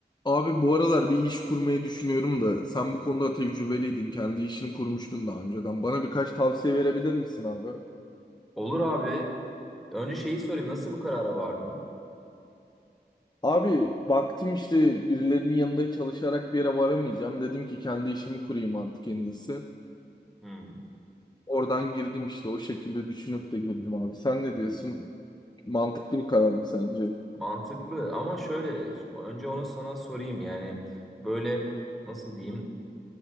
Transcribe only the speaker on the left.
Abi bu aralar bir iş kurmayı düşünüyorum da sen bu konuda tecrübeliydin. Kendi işini kurmuştun daha önceden. Bana birkaç tavsiye verebilir misin abi?
Abi baktım işte birilerinin yanında çalışarak bir yere varamayacağım. Dedim ki kendi işimi kurayım artık en iyisi.
Oradan girdim işte o şekilde düşünüp de girdim abi. Sen ne diyorsun? Mantıklı bir karar mı sence?